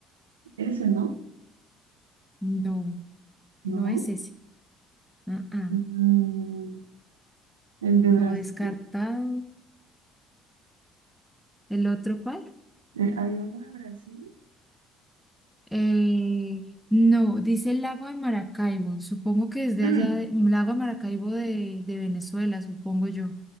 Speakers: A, on the right; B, in the centre.
A: Ese, ¿no?
B: no,
A: ¿No?
B: no es ese. Ah, ah,
A: Mm, el de
B: no
A: Brasil.
B: descartado. ¿El otro cuál?
A: Eh, hay uno de Brasil.
B: Eh, no, dice el lago de Maracaibo. Supongo que es de
A: Mm.
B: allá, de- lago de Maracaibo de, de Venezuela, supongo yo.